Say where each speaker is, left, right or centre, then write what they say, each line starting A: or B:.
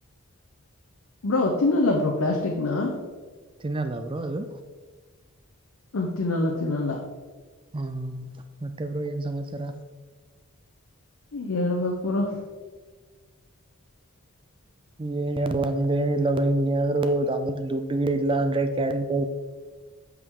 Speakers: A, on the left (about 65°); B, on the right (about 25°).
A: ಬ್ರೋ ತಿನ್ನಲ್ಲ ಬ್ರೋ ಪ್ಲಾಸ್ಟಿಕ್ನಾ
B: ತಿನ್ನಲ್ಲ ಬ್ರೋ ಅದು
A: ತಿನ್ನಲ್ಲ ತಿನ್ನಲ್ಲ
B: ಹಾ ಮತ್ತೆ ಬ್ರೋ ಏನ್ ಸಮಾಚಾರ
A: ಹೇಳಬೇಕು ಬ್ರೋ
B: ಏ ನಮ್ದು ಏನಿಲ್ಲ ಬ್ರೋ ಹಿಂಗೇ ಏನಾರ ದುಡ್ಗೆ ಇಲ್ಲ ಅಂದ್ರೆ ಕ್ಯಾಳನ್